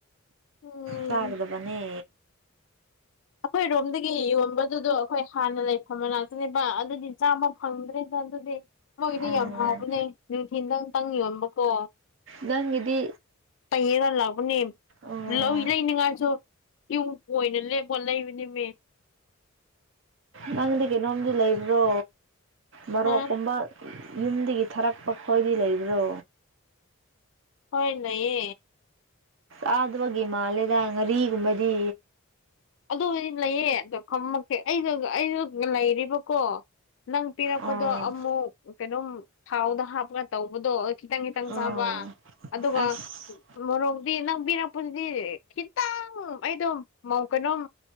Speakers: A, on the left (about 60°); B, on the right (about 60°).
A: ꯎꯝ
B: ꯆꯥꯒꯗꯕꯅꯦ
A: ꯑꯩꯈꯣꯏ ꯔꯣꯝꯗꯒꯤ ꯌꯣꯟꯕꯗꯨꯗꯣ ꯑꯩꯈꯣꯏ ꯍꯥꯟꯅ ꯂꯩꯐꯝꯝꯕ ꯉꯥꯛꯇꯅꯦꯕ ꯑꯗꯨꯗꯤ ꯆꯥꯝꯃ ꯐꯪꯗ꯭ꯔꯦꯗ ꯑꯗꯨꯗꯤ ꯃꯣꯏꯒꯤꯗꯤ
B: ꯑꯣ
A: ꯌꯥꯝ ꯍꯥꯎꯕꯅꯦ ꯅꯨꯡꯊꯤꯟꯗꯪꯇꯪ ꯌꯣꯟꯕꯀꯣ
B: ꯅꯪꯒꯤꯗꯤ
A: ꯇꯌꯦꯡꯒ ꯂꯕꯅꯦ
B: ꯑꯣ
A: ꯂꯧꯏ ꯂꯩꯅꯤꯡꯉꯥꯏꯁꯨ ꯏꯨꯡ ꯀꯣꯏꯅ ꯍꯣꯠ ꯂꯩꯕꯅꯤꯃꯦ
B: ꯅꯪꯗꯤ ꯀꯩꯅꯣꯝꯗꯤ ꯂꯩꯕ꯭ꯔꯣ ꯃꯔꯣꯛꯀꯨꯝꯕ
A: ꯍꯥ
B: ꯌꯨꯝꯗꯒꯤ ꯊꯥꯔꯛꯄ ꯈꯣꯏꯗꯤ ꯂꯩꯕ꯭ꯔꯣ
A: ꯍꯣꯏ ꯅꯌꯦ
B: ꯑ ꯑꯗꯨꯕꯒꯦ ꯃꯥꯂꯦꯗ ꯉꯔꯤꯒꯨꯝꯕꯗꯤ
A: ꯑꯗꯨꯕꯨꯗꯤ ꯂꯩꯌꯦ ꯑꯗꯣ ꯈꯪꯃꯛꯦ ꯑꯩ ꯑꯩꯁꯨ ꯂꯩꯔꯤꯕꯀꯣ ꯅꯪ ꯄꯤꯔꯛꯄꯗꯣ
B: ꯑꯣ
A: ꯑꯃꯨꯛ ꯀꯩꯅꯣꯝ ꯊꯥꯎꯗ ꯍꯥꯞꯄꯒ ꯇꯧꯕꯗꯣ ꯈꯤꯇꯪ ꯈꯤꯇꯪ
B: ꯑꯣ
A: ꯆꯥꯕ ꯑꯗꯨꯒ
B: ꯑꯁ
A: ꯃꯣꯔꯣꯛꯗꯤ ꯅꯪꯕꯤꯔꯛꯄꯗꯨꯗꯤ ꯈꯤꯇꯪ ꯑꯩ ꯑꯗꯨꯝ ꯀꯩꯅꯣꯝ